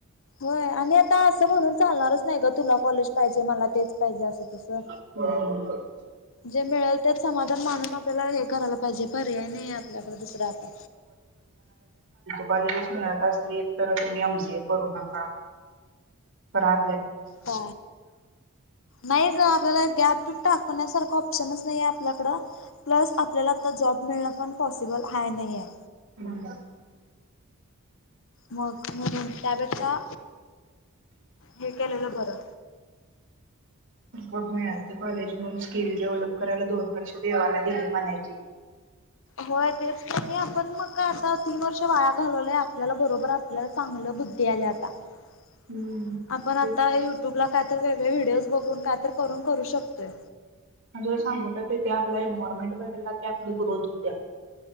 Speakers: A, on the left; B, on the right.
A: होय आणि आता असं म्हणून चालणारच नाही ग तुला कॉलेज पाहिजे मला तेच पाहिजे असं
B: ह
A: तसं.
B: <unintelligible>
A: जे मिळेल त्यात समाधान मानून आपल्याला हे करायला प पाहिजे पर्याय नाही आपल्याकडे दुसरा आता
B: कॉलेजस मिळत असली तर तुम्ही एम सी ए करू नका तर आ
A: का नाही ग आपल्याला द्यात टाकण्यासारखा ऑप्शनच नाही आपल्याकडं प्लस आपल्याला आता जॉब मिळणार पण पॉसिबल हाय नाहीे हाय
B: <unintelligible>
A: मग म्हणून त्यापेक्षा हे केलेलं बरं
B: गप मिळाल ते कॉलेज घेऊन स्किल डेव्हलप करायला दोन वर्ष देवाला दिली म्हणायची
A: होय तेच की नी आपण मग काय आता तीन वर्ष वाया घालवल्याय आपल्याला बरोबर आपल्याला चांगल्या बुद्धी आल्यात <inaudible>
B: हम्म.
A: आपण
B: तेच
A: आता युट्यूब ला का तर वेगळे व्हिडिओज बघून काय तरी करून करू शकतोय
B: तुला <unintelligible> सांगत होते की ते आपला एनव्हायरमेंट बदलला की आपली ग्रोथ होतीया